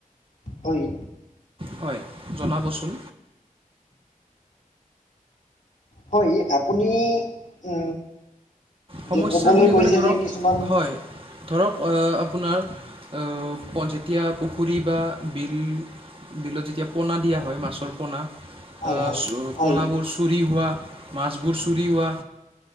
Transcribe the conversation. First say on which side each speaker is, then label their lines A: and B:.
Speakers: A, on the left (about 60°); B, on the right (about 40°).
A: হয়।
B: হয়, জনাবচোন।
A: হয়, আপুনি ও
B: সমস্যা
A: যে ক'বলৈ
B: বুলি
A: গৈছে
B: ক'লে ধৰক
A: যে কিছুমান
B: হয় ধৰক আ আপোনাৰ আ পন যেতিয়া পুখুৰী বা বিল বিলত যেতিয়া পোনা দিয়া হয়, মাছৰ পোনা আ
A: হয় হয়
B: চোও
A: হয়
B: পোনাবোৰচো চুৰি হোৱা মাছবোৰ চুৰি হোৱা